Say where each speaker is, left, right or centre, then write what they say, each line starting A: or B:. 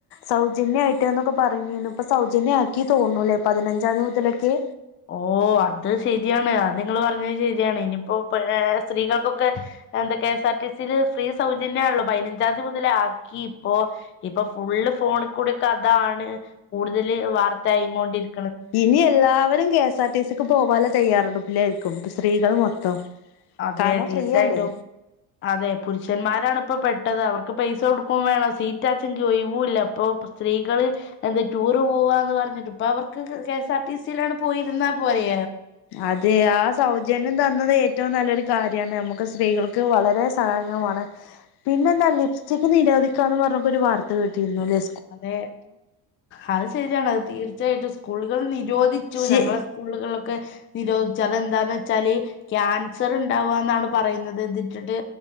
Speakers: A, on the left; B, on the left.
A: സൗജന്യയീട്ട് എന്നൊക്കെ പറീണ്ട് അങ്ങനെ ആക്കീന്ന് തോന്ന്ണ്ട് പതിനഞ്ചാന്തി മുതലൊക്കെ
B: ഓഹ് അത് ശെരിയാണ് അത് നിങ്ങള് പറഞ്ഞത് ശെരിയാണ്, ഇനിപ്പോ സ്ത്രീകൾക്കൊക്കെ എന്താ കെ എസ് ആർ ടി സിയില് ഫ്രീ സൗജന്യം ആണല്ലോ പയിനഞ്ചാം തി മുതൽ ആക്കിപ്പോ ഇപ്പൊ ഫുള്ള് ഫോണിക്കൂടെ അതാണ്‌ കൂടുതല് വാർത്തയായികൊണ്ടിരി
A: ഇനി എല്ലാവരും കെ സാ ടി സി ക്ക് പോകാലോ തയ്യാറെടുപ്പിലായിരിക്കും ഇപ്പ സ്ത്രീകൾ മൊത്തം.
B: അതെ
A: കാരണം
B: തീർച്ചയായിട്ടും
A: ഫ്രീ അല്ലേ
B: അതെ പുരുഷന്മാരാണ് ഇപ്പോ പെ ട്ടത് അവർക്ക് പൈസ കൊടുക്കും വേണം സീറ്റാച്ചെങ്കി ഒഴിവൂല്ല അപ്പൊ സ്ത്രീകള് എന്താ ടൂറ് പോവാ എന്ന് പറഞ്ഞിട്ട് ഇപ്പൊ അവർക്ക് കെ എസ് ആർ ടി സിയിലാട് പോയിരുന്നാ പോലെ.
A: അതെ ആ സൗജന്യം തന്നത് ഏറ്റവും നല്ലൊരു കാര്യമാണ് നമുക്ക് സ്ത്രീകൾക്ക് വളരെ സഹായകമാണ് പിന്നെ എന്താ ലിപ്സ്റ്റിക് നിരോധിക്കാന്ന് പറഞ്ഞൊക്കെ ഒരു വാർത്ത കേട്ടിരുന്നു അല്ലേ?
B: അതെ അത് ശരിയാണ് അത് തീർച്ചയായിട്ടും സ്കൂളുകൾ നിരോധിച്ചു
A: ശെ
B: ഞങ്ങളെ സ്കൂളുകളിലൊക്കെ നിരോധിച്ചതെന്താന്ന് വെച്ചാല് ക്യാൻസർ ഉണ്ടാവുക എന്നാണ് പറയുന്നത് ഇതിട്ടിട്ട്